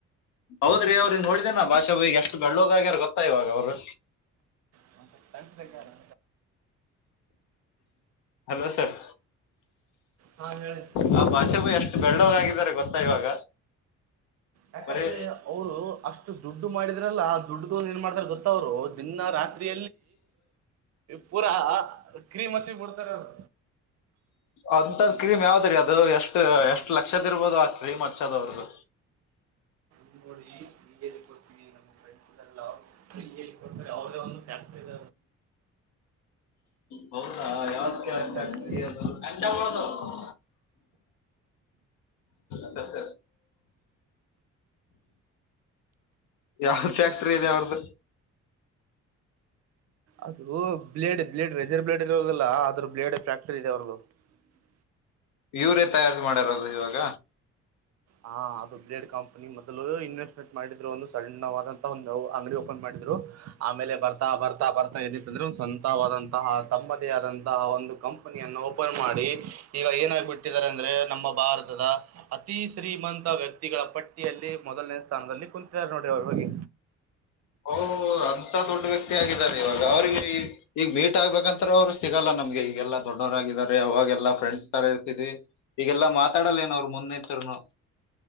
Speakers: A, on the left; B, on the right.
A: ಹೌದ್ರಿ ಅವ್ರರುಿಂಗ ಹೊಳ್ದೇನಾ ಭಾಷೆ ಬಗ್ ಎಷ್ಟು ಬೆಳ್ಳೋಗಗ್ಯಾರ ಗೊತ್ತಾ ಇವಾಗ ಅವ್ರರು
B: ಹ ತಂತ ಬೇಕತ
A: ಹಲೋ ಸರ್
B: ಹಾ ಹೇಳ
A: ಆ ಭಾಷೆ ಬೈ ಎಷ್ಟು ಬೆಳ್ಳೋಗಾಗಿದ್ದಾರೆ ಗೊತ್ತಾ ಇವಾಗ
B: ಯಾಕಂದ್ರೆ
A: ಬರೀ
B: ಅವ್ರು ಅಷ್ಟು ದುಡ್ಡು ಮಾಡಿದ್ರಲ್ಲ ದುಡ್ಡ್ದ ಒಂದು ಏನ್ ಮಾಡ್ತಾರ ಗೊತ್ತ ಅವ್ರು ದಿನ ರಾತ್ರಿ ಪೂರಾ ಕ್ರೀಮ್ ಹತ್ತಿ ಬಿಡ್ತಾರೆರು
A: ಅಂತದ್ ಕ್ರೀಮ್ ಯಾವ್ದ್ರೀ ಅದು ಎಷ್ಟು ಎಷ್ಟ್ ಲಕ್ಷದ ಇರ್ಬೋದು ಆ ಕ್ರೀಮ್ ಹಚ್ಚದವ್ರ್ದ
B: ಹ ನೋಡಿ ಹಳ್ಕೊತೀವಿ ನಮ್ಮ ಫ್ರಂಡಸ್ ಕೊಡ್ತಾರೆ ಅವದೇ ಒಂದು ಫ್ಯಾಕ್ಟ್ರ ಇದ
A: ಹೌದಾ ಯಾವದಂಟದು
B: ಕೇಳಕ್ ಫ್ಯಾಕ್ಟ್ರಿ
A: ಹ್ಮ ತ್ತ ಸ ಯಾವ ಫ್ಯಾಕ್ಟ್ರಿ ಇದೆ ಅವ್ರ್ದು
B: ಅದು ಬ್ಲೇಡ್ ಬ್ಲೇಡ್ ರೆಜರ್ ಬ್ಲೇಡ್ ಇರೋದಲ್ಲ ಆದ್ರ ಬ್ಲೇಡ್ ಫ್ಯಾಕ್ಟರಿ ಇದೆ ಅವ್ರಗೂ <unintelligible>
A: ಯೂರಿ ತಯಾರ ಮಾಡಿರೋದು ಇವಾಗ
B: ಹಾ ಅದು ಬೇಡ್ ಕಂಪನಿ ಮೊದಲು ಇನ್ವೆಸ್ಟ್ಮೆಂಟ್ ಮಾಡಿದ್ರು ಒಂದು ಸಣ್ಣವಾದಂತ ಒಂದು ಅಂಗಡಿ ಓಪನ್ ಮಾಡ ಆಮೇಲೆ ಬರ್ತಾ ಬರ್ತಾ ಬರ್ತಾ ಎಿಂದ್ರು ಸ್ವಂತವಾದಂತಹ ತಮ್ಮದೇ ಆದಂತಹ ಒಂದು ಕಂ ಓಪನ್ ಮಾಡಿ ಈಗ ಏನಾಗಬಿಟ್ಟಿದ್ದಾರೆ ಅಂದ್ರೆ ನಮ್ಮ ಭಾರತದ ಅತಿ ಸೀಮಂತ ವ್ಯಕ್ತಿಗಳ ಪಟ್ಟಿಯಲ್ಲಿ ಮೊದಲನೇ ಸ್ಥಾನದಲ್ಲಿ ಕುಂತಿದ್ದಾರೆ ನೋಡ್ರಿ ಅವರು ಹೋಗಿ
A: ಹಓ ಅಂತ ದೊಡ್ಡ ವ್ಯಕ್ತಿ ಆಗಿದ್ದಾರೆ ಇವಾಗ ಅವ್ರಿಗೆ ಈ ಈಗ ಮೀಟ್ ಆಗ್ಬೇಕಂತ ಅವ್ರು ಸಿಗಲ್ಲ ನಮ್ಗೆ ಈಗೆಲ್ಲಾ ದೊಡ್ ಡೌನ್ ಆಗಿದ್ದಾರೆ ಅವಾಗೆಲ್ಲ ಫ್ರೆಂಡ್ಸ್ ತರ ಇರ್ತವಿ ಈಗೆಲ್ಲಾ ಮಾತಾಡಲ್ಲ ಏನ ಅವರು ಮುಂದೆಂತರುನು